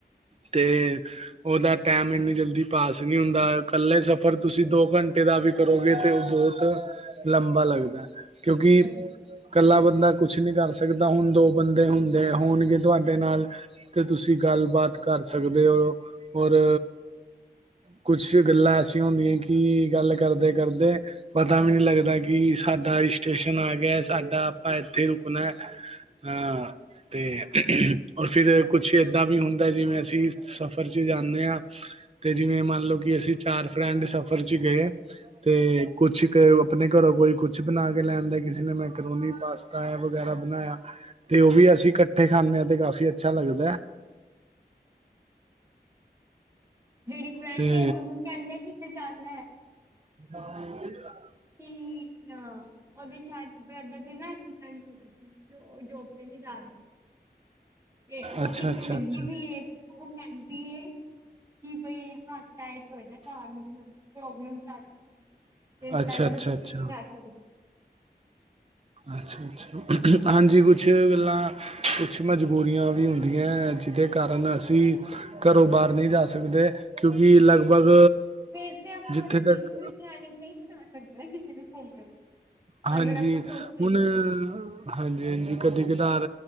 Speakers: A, on the right; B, on the right.
A: ਤੇ, ਉਹਦਾ ਟਾਈਮ ਇੰਨੀ ਜਲਦੀ ਪਾਸ ਈ ਨਹੀਂ ਹੁੰਦਾ। ਇਕੱਲੇ ਸਫ਼ਰ ਤੁਸੀਂ ਦੋ ਘੰਟੇ ਦਾ ਵੀ ਕਰੋਗੇ, ਤੇ ਉਹ ਬਹੁਤ ਲੰਬਾ ਲੱਗਦਾ। ਕਿਉਂਕਿ
B: ਹਾਂਜੀ
A: ਕੱਲਾ ਬੰਦਾ ਕੁਛ ਨਹੀਂ ਕਰ ਸਕਦਾ, ਹੁਣ ਦੋ ਬੰਦੇ ਹੁੰਦੇ, ਹੋਣਗੇ ਤੁਹਾਡੇ ਨਾਲ। ਤੇ ਤੁਸੀਂ ਗੱਲਬਾਤ ਕਰ ਸਕਦੇ ਓ, ਔਰ ਕੁਛ ਕੁਛ ਗੱਲਾਂ ਐਸੀਆਂ ਹੁੰਦੀਆਂ, ਕਿ ਗੱਲ ਕਰਦੇ-ਕਰਦੇ ਪਤਾ ਵੀ ਨਹੀਂ ਲੱਗਦਾ ਕਿ ਸਾਡਾ ਸਟੇਸ਼ਨ ਆਗਿਆ, ਸਾਡਾ ਆਪਾਂ ਇੱਥੇ ਰੁਕਣੈ। ਹਾਂ। ਤੇ, ਔਰ ਫਿਰ ਕੁਛ ਇੱਦਾਂ ਵੀ ਹੁੰਦਾ, ਜਿਵੇਂ ਅਸੀਂ ਸਫ਼ਰ 'ਚ ਜਾਂਨੇੇ ਆ ਤੇ ਜਿਵੇਂ ਮੰਨਲੋ, ਕਿ ਅਸੀਂ ਚਾਰ ਫਰੈਂਡ ਸਫ਼ਰ'ਚ ਗਏ। ਤੇ, ਕੁਛ ਆਪਣੇ ਘਰੋਂ ਕੋਈ ਕੁਛ ਬਣਾਕੇ ਲੈ ਆਂਦਾ, ਕਿਸੇ ਨੇ ਮੈਕਰੋਨੀ, ਪਾਸਤਾ ਤਆ ਵਗੈਰਾ ਬਣਾਇਆ, ਤੇ ਉਹ ਵੀ ਅਸੀਂ ਕੱਠੇ ਖਾਂਦੇ ਹਾਂ ਤੇ ਕਾਫੀ ਅੱਛਾ ਲੱਗਦੈ।
B: ਜਿਹੜੀ ਫਰੈਂਡ
A: ਤੇ
B: ਏ, ਉਹਨੂੰ ਕਹਿੰਨੇ ਆ ਕਿਤੇ ਜਾਣੈ।
A: <unintelligible>
B: ਕਿ, ਅ ਉਹਦੇ ਸ਼ਾਇਦ ਬ੍ਰਦਰ ਦੇ ਨਾ ਐਕਸੀਡੈਂਟ ਹੋਗਿਆ ਸੀ। ਤੇ ਉਹ ਜੋਬ ਤੇ ਨੀ ਜਾ ਰਹੀ, ਤੇ ਉਹ
A: ਅੱਛਾ
B: ਕਿੱਥੇ
A: ਅੱਛਾ
B: ਲਗ
A: ਅੱਛਾ
B: ਵੀ ਵੀ, ਇਹ ਉਹ ਕਹਿੰਦੀ ਏ, ਕਿ ਬਈ ਹੱਥ ਟਾਇਟ ਹੋਏ ਦਾ। ਘਰ ਮਤਲਬ ਪ੍ਰੋਬਲਮ ਚੱਲ ਰਹੀ। ਤੇ ਇਸ ਕਰਕੇ
A: ਅੱਛਾ ਅੱਛਾ
B: ''ਮੈਂ ਛੁੱਟੀ
A: ਅੱਛਾ
B: ਨਹੀਂ ਲੈ ਸਕਦੀ।
A: ਅੱਛਾ-ਅੱਛਾ, ਹਾਂਜੀ ਕੁਛ ਗੱਲਾਂ ਕੁਛ ਮਜ਼ਬੂਰੀਆਂ ਵੀ ਜਿਹਦੇ ਕਾਰਨ ਅਸੀਂ ਘਰੋਂ ਬਾਹਰ ਨਹੀਂ ਜਾ ਸਕਦੇ, ਕਿਉਂਕਿ ਲਗਭਗ
B: ਫਿਰ ਤੇ ਆਪਾ
A: ਜਿੱਥੇ
B: ਮਤਲਬ ਬਿਲਕੁਲ
A: ਤੱਕ
B: ਵੀ ਪਲੈਨਿਂਗ ਨਹੀਂ ਬਣਾ ਸਕਦੇ, ਕਿਤੇ ਵੀ ਘੁੰਮਣ।
A: ਹਾਂਜੀ,
B: ਅਗਰ ਆਪਾਂ ਸੋਚੇ
A: ਹੁਨ
B: ਵੀ
A: ਹਾਂਜੀ-ਹਾਂਜੀ, ਕਦੀ-ਕਧਾਰ